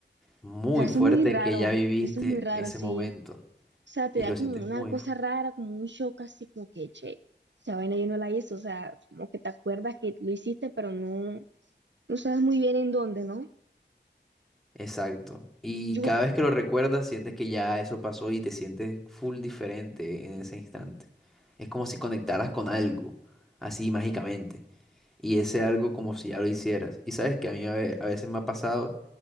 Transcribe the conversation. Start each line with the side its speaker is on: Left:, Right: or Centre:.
Centre: muy
Right: O sea, eso
Centre: fuerte
Right: es muy raro,
Centre: que ya viviste
Right: eso es muy raro,
Centre: ese
Right: sí.
Centre: momento
Right: sea, te
Centre: y
Right: da
Centre: lo
Right: como
Centre: sientes
Right: una
Centre: muy
Right: cosa
Centre: fu-
Right: rara, como un shock así, como que, che, esa vaina yo no la hice, o sea, como que te acuerdas que lo hiciste, pero no, no sabes muy bien en dónde, ¿no?
Centre: exacto. Y
Right: Yo,
Centre: cada vez que lo recuerdas, sientes que ya eso pasó y te sientes full diferente en ese instante. Es como si conectaras con algo, así mágicamente. Y ese algo como si ya lo hicieras. Y sabes que a mí a ve- a veces me ha pasado